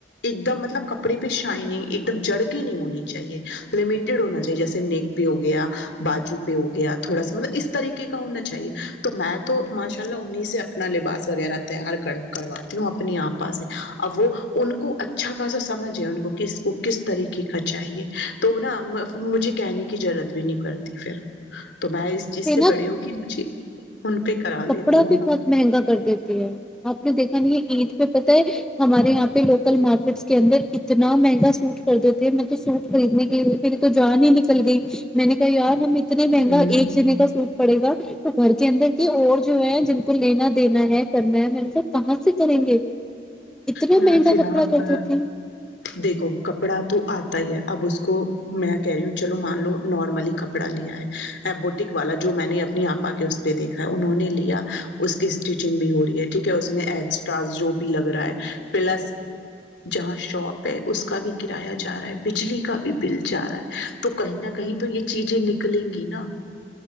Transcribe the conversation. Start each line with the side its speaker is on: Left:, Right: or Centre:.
Left: ایک دم مطلب کپڑے پہ شائننگ ایک دم جڑ کے نہیں ہونی چاہیے لمیٹیڈ ہونا چاہیے جیسے نیک پہ ہو گیا بجو پہ ہو گیا تھوڑا سا مطلب اس طریقے کا ہونا چاہیے تو میں تو ماشاء اللہ انہیں سے اپنا لباس وغیرہ تیار کرواتی ہوں اپنی آپا سے اب وہ ان کو اچھا خاصا سمجھ ہے ان کو کہ اس کو کس طریقے کا چاہیے تو نا مجھے کہنے کی ضرورت بھی نہیں کرتی پھر تو میں اس چیز سے
Centre: نا
Left: پڑی ہوں کہ مجھے ان پہ کرا لیتی
Centre: کپڑا
Left: ہوں
Centre: بھی بہت مہنگا کر دیتی ہے آپ نے دیکھا نہیں یہ عید پہ پتہ ہے ہمارے یہاں پہ لوکل مارکیٹس کے اندر اتنا مہنگا سوٹ کر دیتے ہیں میںطل تو سوٹ خریدنے کے لیے پھر تو جان ہی نکل گئی میں نے کہا یار ہم اتنے مہنگا
Left: ہ
Centre: ایک جنے کا سوٹ پڑے گا تو گھر کے اندر کہ اور جو ہے جن کو لینا دینا ہے کرنا ہے میں ان سب کہاں سے کریں گے اتنا
Left: یا
Centre: مہنگا
Left: پھر
Centre: کپڑا
Left: آپ
Centre: کر دیتے ہیں
Left: دیکھو کپڑا تو آتا ہی ہے اب اس کو میں کہہ رہی ہوں چلو مان لو نارملی کپڑا لیا ہے ایمبوٹک والا جو میں نے اپنی آپ کے اس پہ دیکھا ہے انہوں نے لیا اس کی اسٹیچنگ بھی ہو رہی ہے ٹھیک ہے اس میں ایکسٹرا جو بھی لگا رہا پ ج شپ ہے اس بھی کرا جا رہا ہے بلی کا بھی بل جا رہا ہے تو کہیں نہ کہیں تو یہ چیزیں نکلیں گی نا